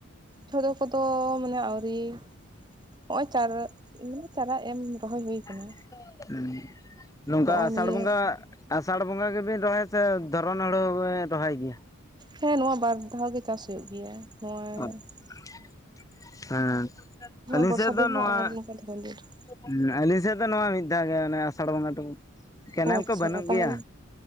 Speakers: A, on the right; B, on the left.
A: ᱡᱷᱚᱛᱚ ᱠᱚᱫᱚ ᱢᱟᱱᱮ ᱟᱹᱣᱨᱤ ᱦᱚᱜ-ᱚᱭ ᱪᱟᱨ ᱪᱟᱨᱟ ᱮᱢ ᱨᱚᱦᱚᱭ ᱦᱩᱭ ᱠᱟᱱᱟ
B: <inaudible> ᱦᱮᱸ ᱾ ᱱᱚᱝᱠᱟ
A: ᱱᱚᱜᱼᱚᱭ
B: ᱟᱥᱟᱲ
A: ᱱᱤᱭᱟᱹ
B: ᱵᱚᱸᱜᱟ ᱟᱥᱟᱲ ᱵᱚᱸᱜᱟ ᱜᱮᱵᱤᱱ ᱨᱚᱦᱚᱭᱟ ᱥᱮ ᱫᱷᱚᱨᱚᱱ ᱦᱩᱲᱩ ᱦᱚᱵᱮᱱ ᱨᱚᱦᱚᱭ ᱜᱮᱭᱟ?
A: ᱦᱮᱸ ᱱᱚᱣᱟ ᱵᱟᱨ ᱫᱷᱟᱣ ᱜᱮ ᱪᱟᱥ ᱦᱩᱭᱩᱜ ᱜᱮᱭᱟ᱾ ᱱᱚᱣᱟ
B: ᱚᱜ ᱦᱮᱸ ᱟᱹᱞᱤᱧ
A: ᱵᱚᱨᱥᱟ
B: ᱥᱮᱫ
A: ᱫᱤᱱ
B: ᱫᱚ
A: ᱦᱚᱸ
B: ᱱᱚᱣᱟ
A: ᱟᱨ ᱱᱚᱝᱠᱟ ᱫᱷᱚᱨᱚᱱ ᱫᱤᱱ ᱨᱮᱦᱚᱸ
B: ᱦᱮᱸ ᱟᱞᱤᱧ ᱥᱮᱫ ᱫᱚ ᱱᱚᱣᱟ ᱢᱤᱫ ᱫᱷᱟᱣ ᱜᱮ ᱚᱱᱮ ᱟᱥᱟᱲ ᱵᱚᱸᱜᱟ ᱴᱩᱠᱩ ᱠᱮᱱᱮᱞ
A: ᱚ ᱟᱪᱪᱷᱟ
B: ᱠᱚ ᱵᱟᱹᱱᱩᱜ
A: ᱛᱟᱦᱚᱞ
B: ᱜᱮᱭᱟ